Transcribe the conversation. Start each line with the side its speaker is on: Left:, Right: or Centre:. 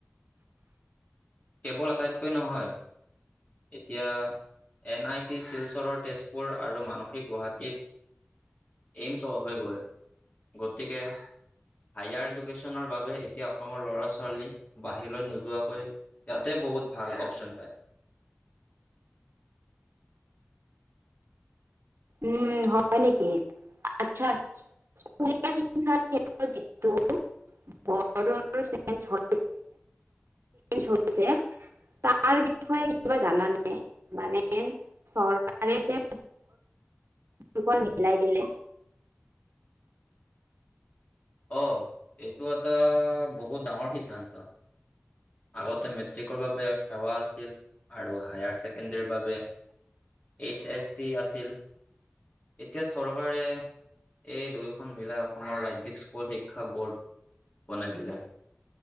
Left: কেৱল আটাইতকৈ নহয় ।এতিয়া এন আই টি শিলচৰৰ তেজপুৰ আৰু মানসিক গুৱাহাটীত এইমছ হৈ গ'ল গতিকে হায়াৰ এডুকেশ্যনৰ বাবে এতিয়া অসমৰ ল'ৰা ছোৱালী বাহিৰলৈ নোযোৱাকৈ ইয়াতে বহুত ভাল অপচন পায়।
Right: উম হয় নেকি? আচছা স্কুলীয়া শিক্ষাৰ ক্ষেত্ৰত যিটো <unintelligible> হৈছে তাৰ বিষয়ে কিবা জানানে মানে চৰকাৰে যে দুখন মিলাই দিলে।
Left: অঁ এইটো এটা বহুত ডাঙৰ সিদ্ধান্ত ।আগতে মেট্ৰিকৰ বাবে সেৱা আছিল আৰু হায়াৰ ছেকেণ্ডৰীৰ বাবে এইচ এছ চি আছিল এতিয়া চৰকাৰে এই দুয়োখন মিলাই অসমৰ ৰাজ্যিক স্কু স্কুল শিক্ষা বোৰ্ড বনাই দিলে,